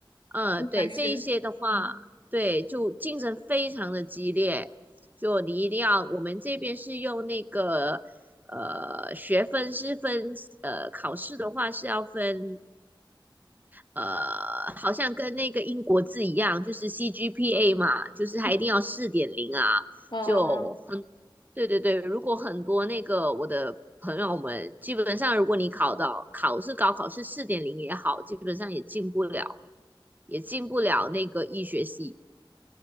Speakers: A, on the right (about 20°); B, on the left (about 65°).
A: 呃，
B: 你反是，
A: 对，这一些的话，
B: 嗯
A: 对，就竞争非常的激烈，就你一定要，我们这边是用那个呃学分是分呃考试的话是要分呃，好像跟那个英国字一样，就是 CGPA 嘛，就是还一定要四点零啊，
B: 嗯嗯，哦哦
A: 就很对对对，如果很多那个我的朋友们，基本上如果你考到考试高考是四点零也好，基本上也进不了。也进不了那个医学系